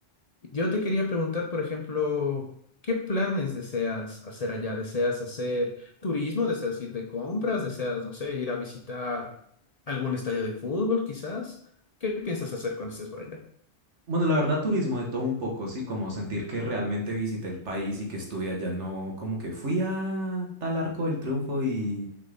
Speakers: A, on the left; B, on the right.
A: Yo te quería preguntar, por ejemplo, ¿qué planes deseas hacer allá? ¿Deseas hacer turismo? ¿Deseas ir de compras? ¿Deseas, no sé, ir a visitar algún estadio de fútbol, quizás? ¿Qué piensas hacer cuando estés por allá?
B: Bueno, la verdad, turismo de todo un poco, sí, como sentir que realmente visité el país y que estuve allá, no como que fui a tal Arco del Triunfo y,